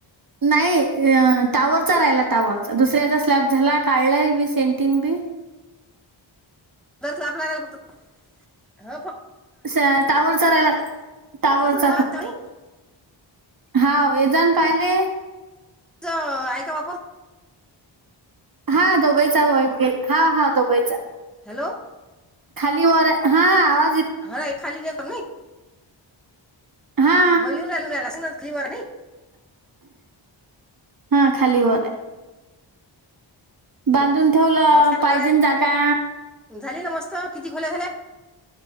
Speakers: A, on the right (about 45°); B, in the centre.
A: नाही अ टावरचा राहिला टावरचा दुसऱ्याचा स्लॅप झाला काढला बी सेंटिंग बी
B: दर <unintelligible> लागल फक्त हा फक्
A: सं... टावरचा राहिला, टावरचा
B: मस्त झाला बांधकाम
A: फक्तं.
B: नाही
A: हाव येजा न पायाले.
B: हाय का वापर.
A: हा दोघइचा <unintelligible> हा हा दोघइचा.
B: हॅलो.
A: खाली वर आहे हा आवा
B: है खाली <unintelligible>
A: हा
B: हो येऊन राहिला <unintelligible> क्लिवर नी.
A: हा खाली वर आहे. बांधून ठेवलं
B: मस्त
A: पाहिजेन
B: बरं आहे
A: जागा.
B: झाली न मस्त किती खोल्या झाल्या?